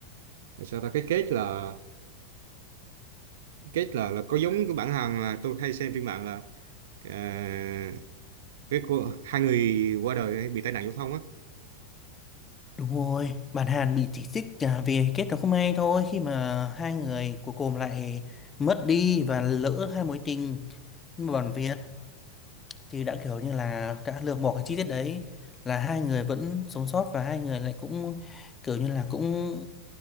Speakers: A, on the right; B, on the left.
A: là sao ta cái kết là kết là là có giống cái bản Hàn là tôi hay xem trên mạng là à, cái cô hai người qua đời bị tai nạn giao thông á
B: Đúng rồi, bạn Hàn bị chỉ trích à, vì kết nó không hay thôi khi mà hai người cuối cùng lại mất đi và lỡ hai mối tình. Nhưng mà bản Việt thì đã kiểu như là đã lược bỏ cái chi tiết đấy là hai người vẫn sống sót và hai người lại cũng kiểu như là cũng